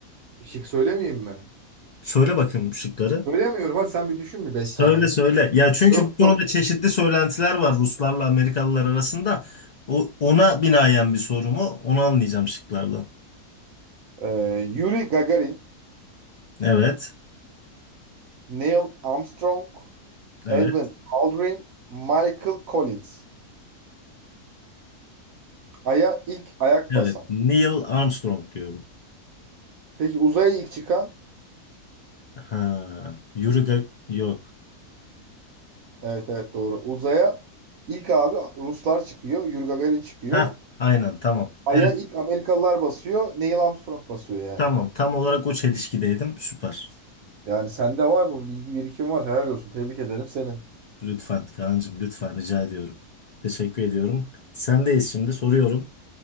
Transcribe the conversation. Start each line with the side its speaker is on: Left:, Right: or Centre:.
Right: şık söylemeyeyim mi?
Left: Söyle bakayım şıkları.
Right: Söylemiyorum. Hadi sen bir düşün bir 5
Left: Söyle
Right: saniye.
Left: söyle. Ya çünkü
Right: Yok
Left: bu konuda
Right: yok.
Left: çeşitli söylentiler var Ruslarla Amerikalılar arasında. O, ona binaen bir soru mu? Onu anlayacağım şıklardan.
Right: Ee, Yuri Gagarin,
Left: Evet.
Right: Neil Armstrong,
Left: Evet.
Right: Edwin Aldrin, Michael Collins. Ay'a ilk ayak
Left: Evet.
Right: basan.
Left: Neil Armstrong diyorum.
Right: Peki uzaya ilk çıkan?
Left: Ha, Yuri Gag- yok.
Right: Evet evet doğru. Uzaya ilk abi Ruslar çıkıyor. Yuri Gagarin çıkıyor.
Left: Ha, aynen tamam.
Right: Ay'a
Left: Evet,
Right: ilk Amerikalılar basıyor. Neil Armstrong basıyor yani.
Left: tamam. Tam olarak o çelişkideydim. Süper.
Right: Yani sende var mı? Bilgi birikim var. Helal olsun. Tebrik ederim seni.
Left: Lütfen Kaan'cığım lütfen rica ediyorum. Teşekkür ediyorum. Sendeyiz şimdi soruyorum.